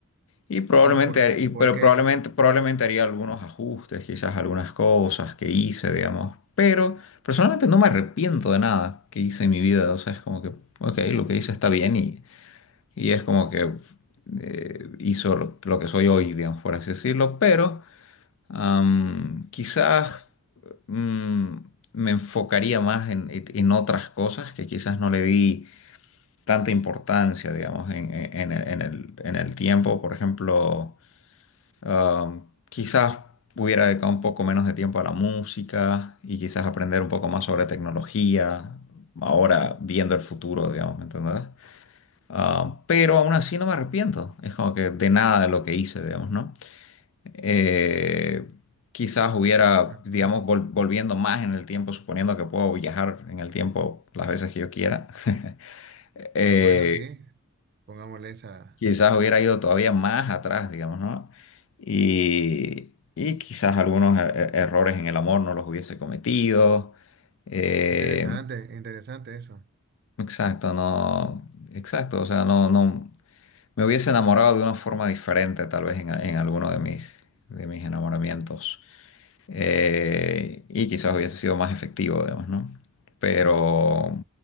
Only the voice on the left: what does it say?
Y probablemente,
y- pero
probablemente, probablemente haría algunos ajustes, quizás algunas cosas que hice, digamos. Pero personalmente no me arrepiento de nada que hice en mi vida. O sea, es como que, ok, lo que hice está bien y, y es como que eh, hizo lo, lo que soy hoy, digamos, por así decirlo. Pero am, quizás mm, me enfocaría más en, en- en otras cosas que quizás no le di tanta importancia, digamos, en, en- en el, en el en el tiempo. Por ejemplo Ah, quizás hubiera dedicado un poco menos de tiempo a la música y quizás aprender un poco más sobre tecnología, ahora viendo el futuro, digamos, ¿me entendés? Ah, pero aún así no me arrepiento, es como que de nada de lo que hice, digamos, ¿no? Eh, quizás hubiera,
digamos, vol- volviendo más en el tiempo, suponiendo que puedo viajar en el tiempo las veces que yo quiera. <laughs> Eh,
quizás hubiera ido todavía más atrás, digamos, ¿no? Y, y quizás algunos er- er- errores en el amor no los hubiese cometido. Eh,
exacto, no, exacto, o sea, no, no, me hubiese enamorado de una forma diferente, tal vez en, a- en alguno de mis, de mis enamoramientos eh, y quizás hubiese sido más efectivo, digamos, ¿no? Pero,